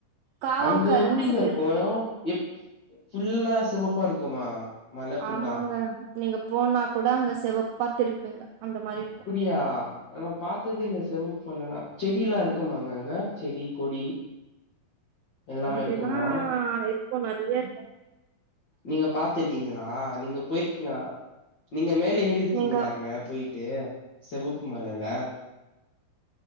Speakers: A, on the right; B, on the left.
A: காவாங்கரன்னு
B: அங்க எப்டிங்க
A: சொல்லி
B: இருக்கு ப்டி ஃபுல்லா செவப்பா இருக்குமா மல ஃபுல்லா
A: ஆமாங்க நீங்க போனா கூட அங்க செவப்பா திருவிங்க அந்த மாரி இருக்கு
B: அப்டியா நா பாத்தது இல்ல செவ போலனா செடில்லா இருக்குமாங்க அங்க செடி கொடி எல்லாமே
A: அதெல்லா
B: இருக்குமா
A: இருக்கூ நறைய இருக்கூ
B: நீங்க பாத்துருக்கீங்களா நீங்க போயிருக்கீங்களா நீங்க மேல ஏறி இருக்கீங்களா
A: நீங்க
B: அங்க போயி டு செவப்பு மலைல